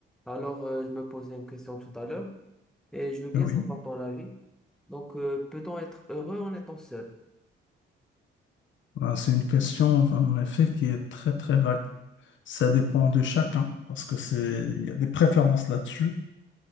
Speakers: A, in the centre; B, on the left (about 70°).
A: Alors, euh, je me posais une question tout à l'heure et je veux bien
B: Ah Oui,
A: savoir ton avis. Donc, euh, peut-on être heureux en étant seul?
B: Ah, c'est une question, enfin, en effet, qui est très, très vague. Ça dépend de chacun, parce que c'est, il y a des préférences là-dessus.